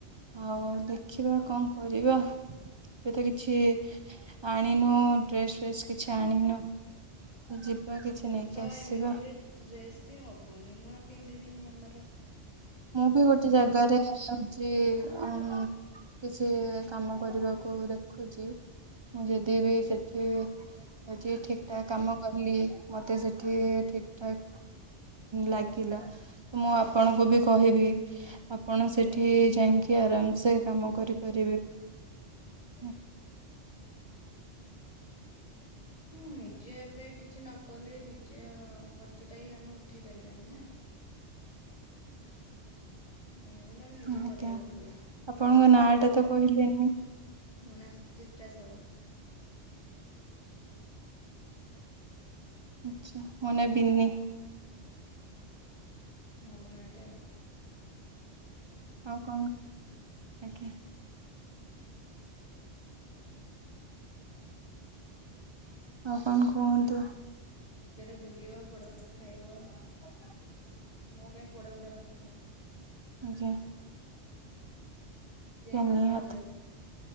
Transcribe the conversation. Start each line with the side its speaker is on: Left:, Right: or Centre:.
Right: ଆଉ ଦେଖିବା କଣ କରିବା ଏବେ ତ କିଛି ଆ ଆଣିନୁ ଡ୍ରେସ ଫେସ୍ କିଛି ଆଣିନୁ। ତ ଯିବା
Left: ଆମର
Right: କିଛି ନେଇକି
Left: ବି ତ
Right: ଆସିବା
Left: ଏମିତିରେ ଡ୍ରେସ ବି ହବନି ନୂଆ ପିନ୍ଧ୍ ଦେବେନି ଆମର
Right: ମୁଁ ବି
Left: ଆମର
Right: ଗୋଟେ ଜାଗାରେ ଚି କିଛି କାମ କରିବାକୁ ଦେଖୁଚି। ମୁଁ ଯଦି
Left: ଆଜ୍ଞା
Right: ବିି ସେଠି ଇ ହଉଛି ଠିକ ଠାକ କାମ କଲି ମତେ ସେଠି ଠିକ ଠାକ? ଲାଗିଲା ତ ମୁଁ ଆପଣଙ୍କୁ ବି କହିବି? ଆପଣ ସେଠି
Left: ଆଜ୍ଞା
Right: ଯାଇଙ୍କୀ କି ଆରାମସେ କାମ କରିପାରିବେ।
Left: ଆଜ୍ଞା
Right: ହୁଁ
Left: ହଁ ନିଜେ ଏବେ କିଛି ନ କଲେ ନିଜେ ଆ ଚଟାଇ ଆମେ ଉଠେଇ ପାରିବାନି ନା? ହୁଁ ଯାହା ବି ହେଲେ ଆମେ ନିଜେ
Right: ଆଜ୍ଞା
Left: କରିବାକୁ ପଡିବ।
Right: ଆପଣଙ୍କ ନାଁ ଟା ତ କହିଲେ ନି?
Left: ମୋ ନା ସୁଚିତ୍ରା ସାହୁ।
Right: ଆଛା ମୋ ନା ବିିନି।
Left: ହଁ ଭଲ ନା ଟେ ଆଉ।
Right: ଆଉ କଣ ଆଜ୍ଞା ଆଉ କଣ କୁହନ୍ତୁ।
Left: ଭଲ ରଜରେ ବୁଲିବ ପୋଡପଠା ଖାଇବ ଭଲ
Right: <inaudible>
Left: ଆଉ ମୋ ପାଇଁ ପୋଡ ପିଡା ପଠେଇଦ
Right: ଯେ
Left: ଏଞୟ କର
Right: ନିହାତି
Left: ରଜକୁ।